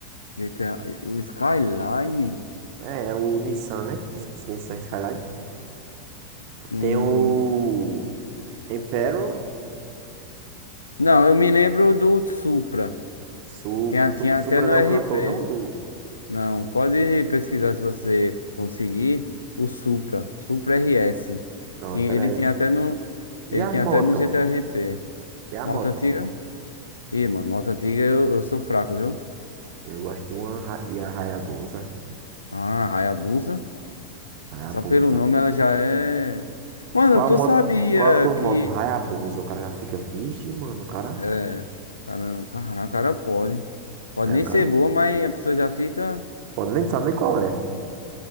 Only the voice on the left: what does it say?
GTA, o Skyline?
Hum,
Não, eu me lembro do Supra.
Tinha,
tinha
até no
RP.
Não, pode pesquisar se você conseguir o Supra, Supra RS.
Tinha- ele
tinha até
no,
ele
tinha
até no GTRP.
Moto
antiga? Ih, mano, moto antiga eu, eu sou fraco, viu?
Ah, Hayabusa.
Só pelo nome ela já é. Mano,
tu
sabia
que.
É. Caramba, caraca, cara pode. Pode
nem
ser boa, mas a pessoa já fica.